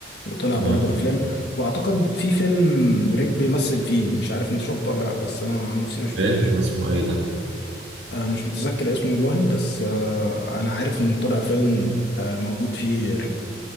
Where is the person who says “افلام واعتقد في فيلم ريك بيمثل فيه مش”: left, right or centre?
Left